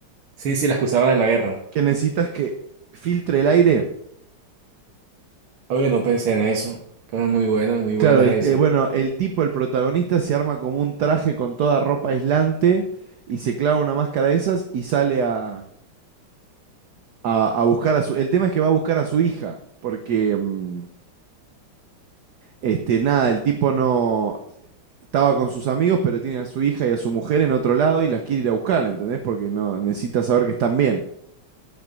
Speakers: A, on the right; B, on the right.
A: Sí, sí, las que usaban en la guerra.
B: que necesitas que filtre el aire.
A: Oye, no pensé en eso. Pero muy buenas, muy buenas
B: Claro, el,
A: esas.
B: eh, bueno, el tipo, el protagonista, se arma como un traje con toda ropa aislante y se clava una máscara de esas y sale a, a- a buscar a su... El tema es que va a buscar a su hija, porque, mm, este, nada, el tipo no... Estaba con sus amigos, pero tiene a su hija y a su mujer en otro lado y las quiere ir a buscar, ¿entendés? Porque no necesita saber que están bien.